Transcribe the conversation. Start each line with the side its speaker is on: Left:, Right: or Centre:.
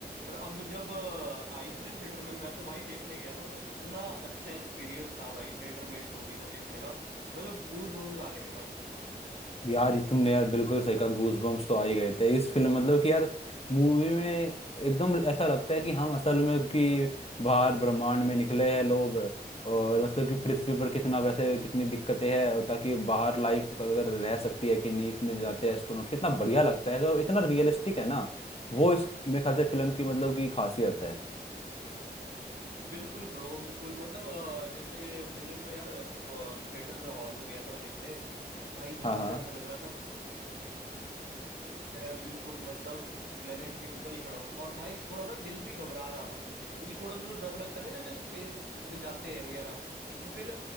Right: पर अब जब अ, आई थी ना थिएटर में मैं तो भाई देखने गया था मतलब इतना अच्छा एक्सपीरियंस था भाई थिएटर में इस मूवी को देखने का मतलब गूज बम्स आ गए थे भाई।
Left: यार ये तुमने यार बिल्कुल सही कहा गूज बम्स तो आ ही गए थे इस फिल्म मतलब कि यार मूवी में एकदम ऐसा लगता है कि हम असल में कि बाहर ब्रह्मांड में निकले हैं लोग और मतलब कि पृथ्वी पर कितना वैसे कितनी दिक्कतें हैं और ताकि बाहर लाइफ अगर रह सकती है कि नहीं इसमें जाते हैं एस्ट्रोनॉट कितना बढ़िया लगता है अगर इतना रियलिस्टिक है ना वो इस मेरे ख्याल से फिल्म की मतलब की खासियत है
Right: बिल्कुल ब्रो बिल्कुल मतलब अ, जैसे मैंने तो यार अ, वो थिएटर में हॉल में गया था मैं देखने तो भाई वहां
Left: हाँ हाँ।
Right: तो ऐसा लग रहा था कि मैं बिल्कुल मतलब प्लेनेट के ऊपर ही खड़ा हूँ और भाई थोड़ा ना दिल भी घबरा रहा था क्योंकि थोड़ा सा तो डर लगता है ना जैसे स्पेस में जाते हैं वगैरह तो फिर